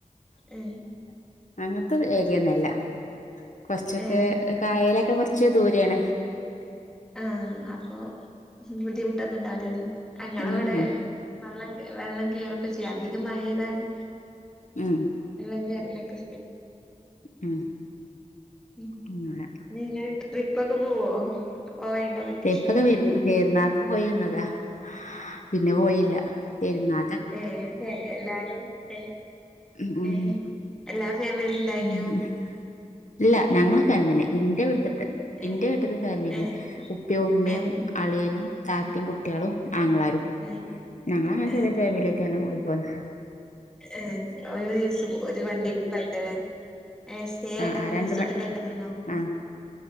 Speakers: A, in the centre; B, on the left.
A: ഉം
B: അങ്ങത്തെ ഏരിയൊന്നല്ല കൊർച്ചൊക്കെ
A: ഏഹ്
B: കായലൊക്കെ കൊർച്ച് ദൂരെണ്
A: ആ അപ്പൊ ബുദ്ധിമുട്ടൊന്നും ഇണ്ടാവ് ല ലെ അങ്ങളവടെ
B: ഉം
A: വള്ളം വെള്ളം കേറൊക്കെ ചെയ്യും അധികം മഴെയ്താല്
B: ഉം
A: വെള്ളം കെർലൊക്കെ
B: ഉം
A: <unintelligible>
B: അങ്ങനെ
A: ട്രിപ്പക്ക പോവോ പോവേണ്ടോ വെക്കേഷനിലൊക്കെ
B: ട്രിപ്പക്കെ പെര് പെര്ന്നാക്ക് പോയിവന്നതാ പിന്നെ പോയീല്ല പെര്ന്നാ
A: ഏ ഏ എല്ലാരും പെ
B: ഉം ഉം
A: ഏ എല്ലാ ഫാമിലിം ഇണ്ടായിന്യോ
B: ഉം ഇല്ല ഞങ്ങള ഫാമിലി ഇന്റെ വീട്ട്ത്തെ ഇന്റെ
A: ഏഹ്
B: വീട്ട്ത്തെ ഫാമിലി
A: ഏഹ്
B: ഉപ്പി ഉമ്മീം
A: ഏഹ്
B: അളിയനും താത്തി കുട്ടിയളും ആങ്ങളാരും
A: ഏഹ്
B: ഞങ്ങളങ്ങനെ
A: ഏഹ്
B: ചെറിയ ഫാമിലി ആയിട്ട് അങ്ങനെ പോയി പൊന്ന്
A: ഏ ഒരു ദിവസം ഒരു വണ്ടി ട്രിപ്പായിട്ട് ലെ ഏ സ്റ്റേ
B: ആ
A: <unintelligible>
B: ആ രണ്ട്
A: റിസോട്ടിലൊക്കെ
B: മ
A: നിന്നോ
B: ആ